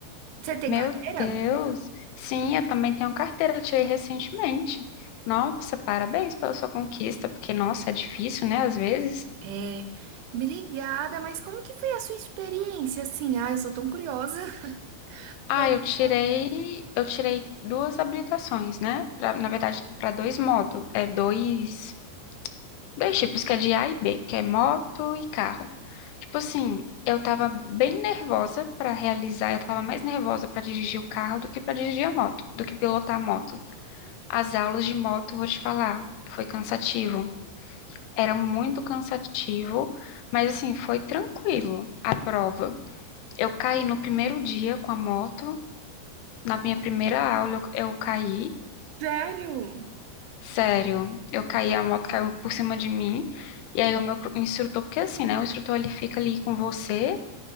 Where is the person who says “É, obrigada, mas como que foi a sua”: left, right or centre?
Right